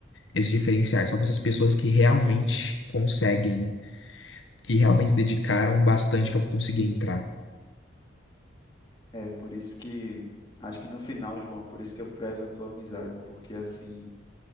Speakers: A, on the left (about 80°); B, on the left (about 20°).
A: esses diferenciais, só para essas pessoas que realmente conseguem, que realmente se dedicaram bastante para conseguir entrar.
B: É, por isso que acho que no final, João, por isso que eu prezo a tua amizade, porque assim,